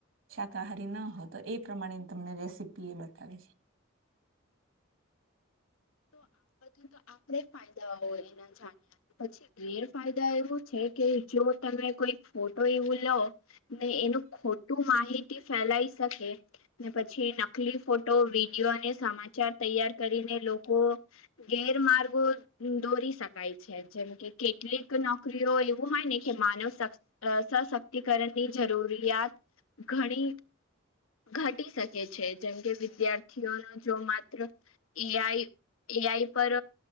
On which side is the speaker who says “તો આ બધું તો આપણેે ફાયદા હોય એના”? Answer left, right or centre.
Left